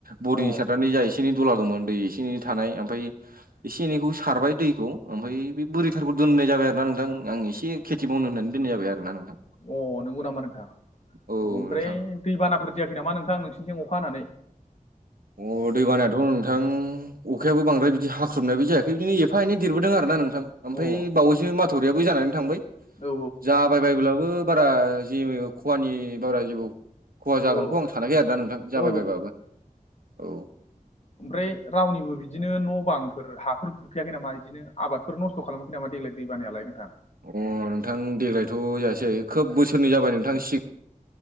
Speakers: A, on the right; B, on the left.
A: बरडिनि
B: औ अ
A: सार सारनानै जा एसे एनै दुलागौमोन दै एसे एनै थानाय ओमफ्राय एसे एनैखौ सारबाय दैखौ ओमफ्राय बे बोरैथारखौ दोननाय जाबाय आरो ना नोंथां आं एसे खेथि मावनो होननानै दोननाय जाबाय आर ना नोंथां
B: अ नंगौ नामा नोंथां
A: औ
B: ओमफ्राय
A: नोंथां
B: दैबानाफोर जायाखै नामा नोंथां नोंसिनिथिं अखा हानानै
A: अ दै बानायाथ' नोंथां अखायाबो बांद्राय बिदि हाख्रुबनायबो जायाखै बिदिनो एफा एनै देरबोदों आरोा नोंथां मफ्राय
B: अ औ
A: बावैसो मा बाथरियाबो जानानै थांबाय
B: औ
A: जाबाय बायबोलाबो बारा जेबो खहानि बारा जेबो खहा जागोनखौ
B: औ
A: आं सानाखै आरोोना नोंथां जाबायबायबाबो
B: औ
A: औ
B: ओमफ्राय रावनिबो बिदिनो न' बांफोर हाफोर खुरखैयाखै नामा बिदिनो आबादफोर न' स खालामाखै नामाेग्लाय दै बानायाल नोंथां
A: अ नोंथां देग्लायथ' जायासै खोब बोसोरनै जाबाय नोंथां सिगां